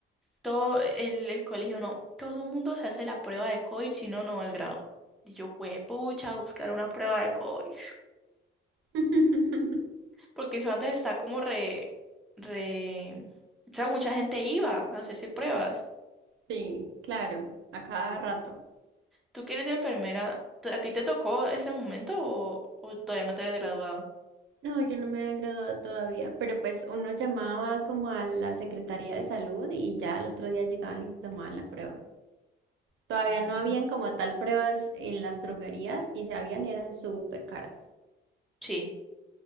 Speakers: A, in the centre; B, on the right.
A: todo el, el colegio, no, todo el mundo se hace la prueba de COVID, si no, no va al grado. Y yo, pucha, buscar una prueba de COVID.
B: <laughs>
A: Porque eso antes está como re, re... O sea, mucha gente iba a hacerse pruebas.
B: Sí, claro, a cada rato.
A: ¿Tú que eres enfermera? ¿t- ¿A ti te tocó ese momento o, o todavía no te has graduado?
B: No, yo no me había graduado todavía, pero pues uno llamaba como a la Secretaría de Salud y ya al otro día llegaban y tomaban la prueba. Todavía
A: Mm.
B: no habían como tal pruebas en las droguerías y si habían eran súper caras.
A: Sí,